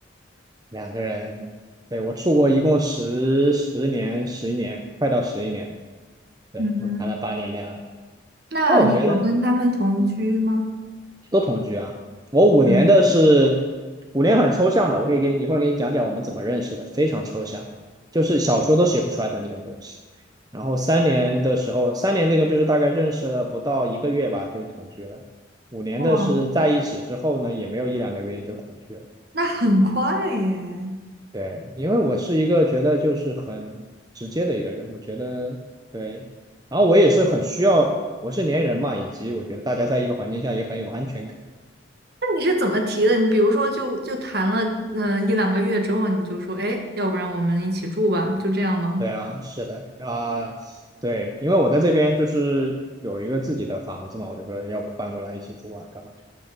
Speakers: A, on the right; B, on the right.
A: 两个人，对，我出国一共十十年，十一年，快到十一年了对，
B: 嗯，
A: 我谈了八年恋爱，
B: 那你有跟他们同居吗？
A: 那我觉得都同居啊。我五年的是
B: 嗯，
A: 五年很抽象的，我可以给你一会儿给你讲讲我们怎么认识的，非常抽象，就是小说都写不出来的那种东西。然后三年的时候，三年这个就是大概认识了不到一个月吧，就同居了。五年的是在一起之后呢，
B: 哇，
A: 也没有一两个月就同居了。
B: 那很快耶。
A: 对，因为我是一个觉得就是很直接的一个人，我觉得对，然后我也是很需要，我是粘人嘛，以及我觉得大家在一个环境下也很有安全感。
B: 那你是怎么提的？你比如说就，就谈了嗯、呃一两个月之后，你就说，哎，要不然我们一起住吧，就这样吗？
A: 对啊，是的啊，对，因为我在这边就是有一个自己的房子嘛，我就说要不搬过来一起住啊，干嘛？